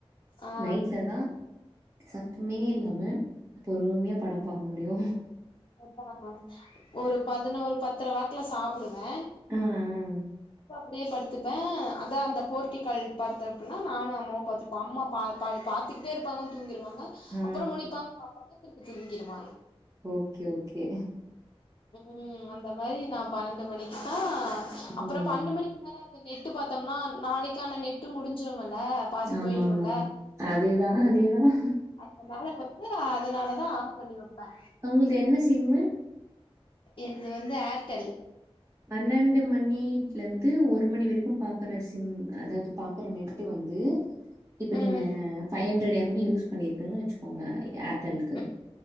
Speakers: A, on the left (about 60°); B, on the right (about 25°).
A: ஆ
B: நைட்ல தா சத்தமே இல்லாம பொறுமையா படம் பாக்க முடியு
A: அதா ஒரு பதினோரு பத் பத்திர வாக்குல சாப்பிடுவே
B: ஆ, ஆ,
A: அப்டியே படுத்துப்பே அதா அந்த போர்டிகல் பாத்தப் புல்லலா நானு அம்மாவு பாத்துப்பே அம்மா பா பா பாத்துக்கிட்டே இருப்பாங்க தூங்கிடுவாங்க
B: ஆ.
A: அப்றோ முழிப்பாங்க பாப்பாங்க திருப்பி தூங்கிடுவாங்க
B: ஓகே ஓகே
A: ம் அந்த மாதிரி நா பன்னெண்டு மணிக்கு தா அப்றோ
B: ம்.
A: பன்னெண்டு மணிக் ற அந்த நெட்டு பாத்தோம்னா நாளைக்கான நெட்டு முடிஞ்சுரும்ல பாதி
B: ஆமாமாமா.
A: போயிருல
B: அதேதான், அதேதான்.
A: அதனால அதனால தா ஆப் பண்ணி வப்பே
B: அவங்களது என்ன சிம்மு
A: என்து வந்து ஏர்டெல்
B: பன்னெண்டு மணில இருந்து ஒரு மணி வரைக்கு பாக்குற சிம் அதாவது பாக்குற ந வந்து இப்ப நீங்க
A: ம்
B: ஃபை ஹண்ட்ரட் எம்பி யூஸ் பண்ணிருங்கன்னு வச்சுக்கோங்க ஏர்டெல்கு
A: ம்